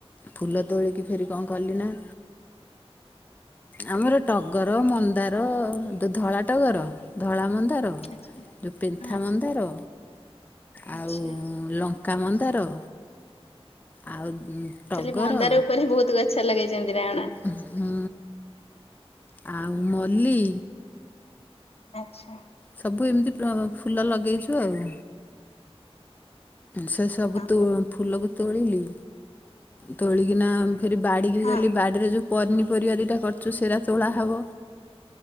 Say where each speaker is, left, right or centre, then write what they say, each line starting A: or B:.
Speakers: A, on the left (about 15°); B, on the left (about 70°).
A: ଫୁଲ ତୋଳିକି ଫେରି କଣ କଲି ନା ଆମର ଟଗର ମନ୍ଦାର ଗୋଟେ ଧଳା ଟଗର ଧଳା ମନ୍ଦାର ଗୋଟେ
B: ଆଛା
A: ପେନ୍ଥା
B: ହଁ
A: ମନ୍ଦାର ଆଉ
B: ଆଛା
A: ଲଙ୍କା ମନ୍ଦାର। ଆଉ ଟଗର
B: ଖାଲି ମନ୍ଦାର ଉପରେ ବହୁତ ଗଛ ଲଗେଇଛନ୍ତି ନା କଣ?
A: ହୁଁ ଆଉ ମଲ୍ଲି
B: ଆଚ୍ଛା।
A: ସବୁ ଏମିତି ବ୍ଳ ଫୁଲ ଲଗେଇଛୁ ଆଉ। ସେ ସବୁ
B: ହଁ
A: ତୁ ଫୁଲକୁ ତୋଳିଲି। ତୋଳିକିନା ଫିରି ବାଡିକି
B: ହଁ
A: ଗଲି ବାଡିରେ ଯୋଉ ପନିପରିବା ଦୁଇଟା କରିଛୁ ସେରା ତୋଳା ହେବ,